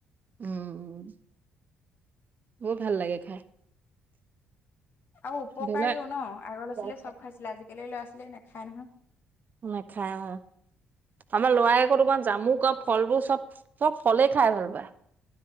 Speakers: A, on the right; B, on the left.
A: উম। বহুত ভাল লাগে খাই।
B: আৰু উপকাৰীও
A: ধৰি
B: ন আগৰ
A: লোৱা
B: আছিলে চব খাইছিলে আজিকালি ল'ৰা ছোৱালীয়ে নেখায় নহয়।
A: নেখাই অ। আমাৰ লৰাই আকৌ তোমাৰ জামু ক ফলবোৰ চব চব ফলেই খাই ভাল পায়।